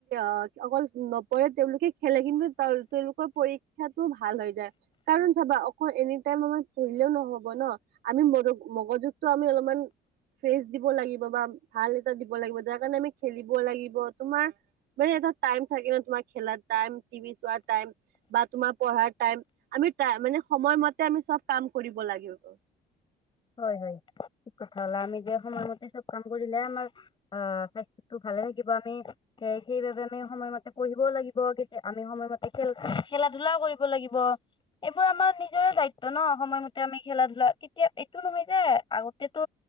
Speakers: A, on the right (about 70°); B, on the left (about 30°).
A: ' অকল নপঢ়ে তেওঁলোকে খেলে কিন্তু তেওঁলোকৰ পৰীক্ষাতটো ভাল হৈ যায়। কাৰণ চাবা অক এনি টাইম আমাৰ পঢ়িলেও নহব ন? আমি মগ- মগজুগটো আমি অলপমান ফ্ৰেচ দিব লাগিব বা ভাল এটা দিব লাগিব যাৰ কাৰণে আমি খেলিব লাগিব তোমাৰ মানে এটা টাইম থাকে ন' তোমাৰ খেলাৰ টাইম টিভি চোৱাৰ টাইম বা তোমাৰ পঢ়াৰ টাইম আমি টাই মানে সময়মতে আমি চব কাম কৰিব লাগিব।
B: হয়, হয়। ঠিক কথা কলা আমি যে সময়মতে চব কাম কৰিলে আমাৰ অ' <unintelligible> <unintelligible> সেইবাবে আমি সময়মতে পঢ়িবও লাগিব কেতিয়া আমি সময়মতে খেল খেলা ধূলা <unintelligible> এইবোৰ আমাৰ নিজৰে দায়িত্ব ন' সময়মতে আমি খেলা ধূলা কেতিয়া সেইটো নহয় যে আগতেতো